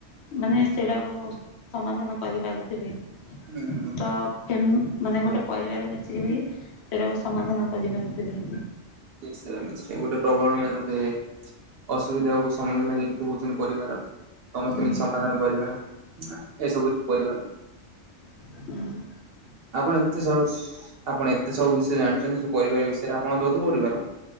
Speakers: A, on the left (about 65°); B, on the right (about 60°).
A: ମାନେ ସେଇଟାକୁ ସମାଧାନ କରିପାରୁଥିବେ।
B: ନା, ନା।
A: ତ ଫେମ ମାନେ ଗୋଟେ ପରିବାର ମିଶିକିରି ସେଇଟାକୁ ସମାଧାନ କରିପାରୁଥିବେ।
B: ନିଶ୍ଚିତ ନିଶ୍ଚୟ ଗୋଟେ ପ୍ରଭାବ ନା ଗୋଟେ ଅସୁବିଧାକୁ ସମ୍ମୁଖୀନ ଏମିତି ହଉଛନ୍ତି ପରିବାର। ସମସ୍ତେ
A: ହୁଁ
B: ମିଶି ସମାଧାନ କରିବା ଏସବୁ ପରିବାର।
A: ହୁଁ।
B: ଆପଣ ଏତେ ସବୁସ। ଆପଣ ଏତେ ସବୁ ବିଷୟ ଜାଣିଚ ଚନ୍ତି ସେ ପରିବାର ବିଷୟରେ ଆପଣ ଯୌଥ ପରିବାର?